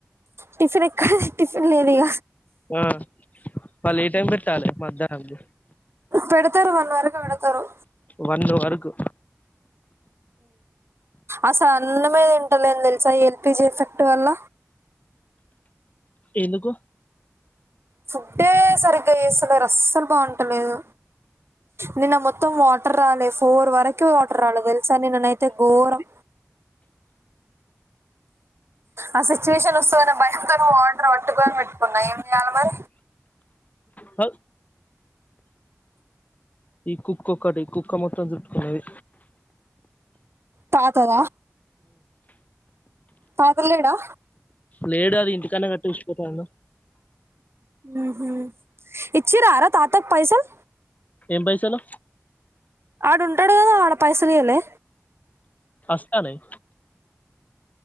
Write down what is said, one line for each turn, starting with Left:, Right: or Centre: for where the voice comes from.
Right: టిఫిన్ ఎక్కడ టిఫిన్ లేదిగ
Left: ఆ వాళ్ ఏ టైం బెట్టాలె మధ్యాహ్నంది
Right: పెడతారు వన్ వరకు పెడతారు
Left: వన్ అవర్ కు
Right: అస్స అన్నమే తింటలేను దెల్సా ఈ ఎల్పిజీ ఎఫెక్ట్ వల్ల
Left: ఎందుకు
Right: ఫుడ్డే సరిగ్గా ఏస్తలేరు అస్సలు బాగుంటలేదు, నిన్న మొత్తం వాటర్ డ్రాలేదు ఫోర్ వరకు వాట్రర్ డ్రాలే తెలుసా నిన్ననైతే ఘోరం. ఆ సిచువేషన్ ఒస్తదన్న భయంతోని వాటర్ వట్టుకొని వెట్టుకున్నా ఏం జేయాలి మరి
Left: హౌ ఈ కుక్కొకటి కుక్క మొత్తం జుట్టుకున్నది
Right: తాతద తాత లేడా
Left: లేడు అది ఇంటికన్నే గట్టేషి పోతాన్న
Right: ఉహు ఇచ్చిరార తాతక్ పైసల్
Left: ఏం పైసలు
Right: ఆడుంటడు గదా ఆడ పైసలియలే
Left: వస్తనయ్